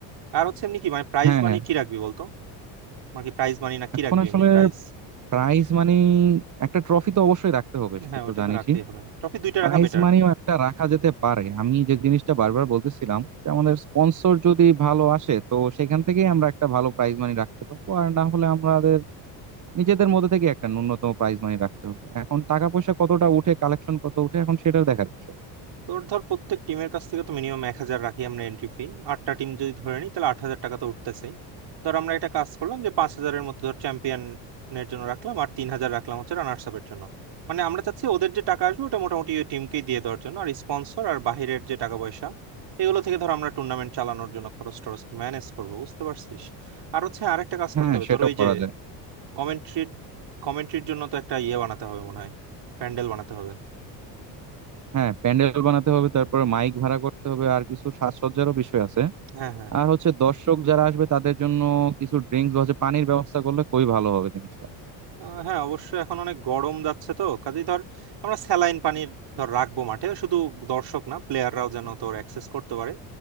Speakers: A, on the right; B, on the right.
A: আর হচ্ছে এমনি কি মানে প্রাইজ
B: হ্যাঁ
A: মানি কি রাখবি বলতো মানে কি প্রাইজ মানি না কি
B: এখন
A: রাখবি
B: আসলে
A: এমনি প্রাইজ
B: প্রাইজ মানি একটা ট্রফি তো অবশ্যই রাখতে হবে সেটা
A: হ্যাঁ ওটা
B: তো জানিসই
A: তো রাখতেই হবে ট্রফি দুইটা
B: প্রাইজ
A: রাখা বেটার
B: মানিও একটা রাখা যেতে পারে আমি যে জিনিসটা বারবার বলতেছিলাম যে আমাদের স্পন্সর যদি ভালো আসে তো সেখান থেকেই আমরা একটা ভালো প্রাইজ মানি রাখতে পারবো আর না হলে আমাদের নিজেদের মধ্যে থেকে একটা ন্যূনতম প্রাইজ মানি রাখতে হবে এখন টাকা পয়সা কতটা উঠে কালেকশন কত উঠে এখন সেটার দেখার বিষয়
A: তোর ধর প্রত্যেক টিমের কাছ থেকে তো মিনিমাম এক হাজার রাখি আমরা এন্ট্রি ফি আটটা টিম যদি ধরে নিই তাহলে আট হাজার টাকা তো উঠতেছেই ধর আমরা একটা কাজ করলাম যে পাঁচ হাজারের মতো ধর চ্যাম্পিয়নের জন্য রাখলাম আর তিন হাজার রাখলাম হচ্ছে রানার্স আপের জন্য মানে আমরা চাচ্ছি ওদের যে টাকা আসবে ওটা মোটামুটি ওই টিমকেই দিয়ে দেওয়ার জন্য আর স্পন্সর আর বাহিরের যে টাকা পয়সা এগুলো থেকে ধর আমরা টুর্নামেন্ট চালানোর জন্য খরচ টরচ ম্যানেজ করবো বুঝতে পারছিস আর হচ্ছে আরেকটা কাজ
B: হ্যাঁ
A: করতে হবে
B: সেটাও
A: তোর ওই
B: করা
A: যে
B: যায়
A: কমেন্ট্রি কমেন্ট্রির জন্য তো একটা ইয়ে বানাতে হবে মনে হয় প্যান্ডেল বানাতে হবে
B: হ্যাঁ প্যান্ডেল বানাতে হবে তারপরে মাইক ভাড়া করতে হবে আর কিছু সাজসজ্জারও বিষয় আছে
A: হ্যাঁ হ্যাঁ হ্যাঁ
B: আর হচ্ছে দর্শক যারা আসবে তাদের জন্য কিছু ড্রিঙ্কস বা হচ্ছে পানির ব্যবস্থা করলে খুবই ভালো হবে জিনিসটা
A: আহ, হ্যাঁ অবশ্য এখন অনেক গরম যাচ্ছে তো কাজেই ধর আমরা স্যালাইন পানির ধর রাখবো মাঠে শুধু দর্শক না প্লেয়াররাও যেন তোর অ্যাক্সেস করতে পারে